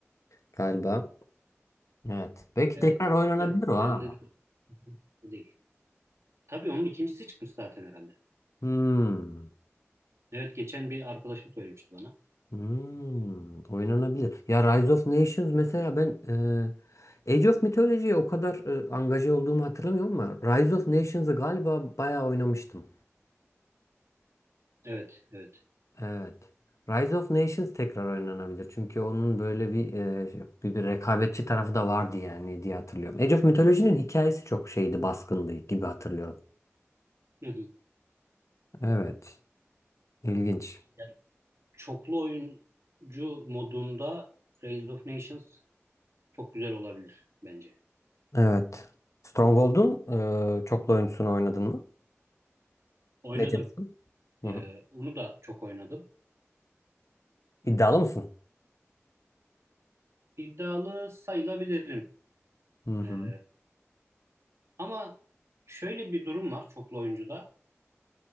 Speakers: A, on the left (about 85°); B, on the right (about 70°).
A: galiba. Evet. Belki
B: Evet,
A: tekrar oynanabilir
B: evet.
A: o ha.
B: Bende de değil. Tabii onun ikincisi çıkmış zaten herhalde.
A: Hmm.
B: Evet geçen bir arkadaşım söylemişti bana.
A: Hmm, oynanabilir. Ya Rise of Nations mesela ben e, Age of Mythology'ye o kadar e, angaje olduğumu hatırlamıyorum ama Rise of Nations'ı galiba bayağı oynamıştım.
B: Evet, evet.
A: Evet. Rise of Nations tekrar oynanabilir. Çünkü onun böyle bir e, bir, bir rekabetçi tarafı da vardı yani diye hatırlıyorum. Age of Mythology'nin hikayesi çok şeydi, baskındı gibi hatırlıyorum.
B: Hı hı.
A: Evet. İlginç.
B: Ya, çoklu oyuncu modunda Rise of Nations çok güzel olabilir bence.
A: Evet. Stronghold'un e, çoklu oyuncusunu oynadın mı?
B: Oynadım.
A: Legends'ın. Hı
B: Ee,
A: hı.
B: onu da çok oynadım.
A: İddialı mısın?
B: İddialı sayılabilirim.
A: Hı hı.
B: Ee, ama şöyle bir durum var çoklu oyuncuda.